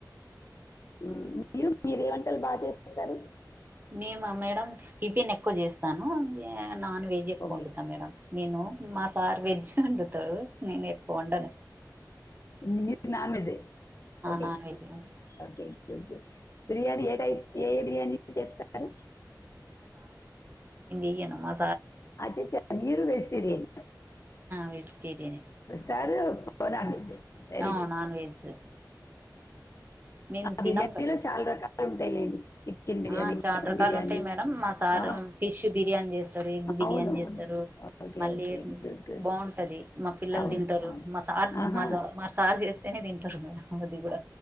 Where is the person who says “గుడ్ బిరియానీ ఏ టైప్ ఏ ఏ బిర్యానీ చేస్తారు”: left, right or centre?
Left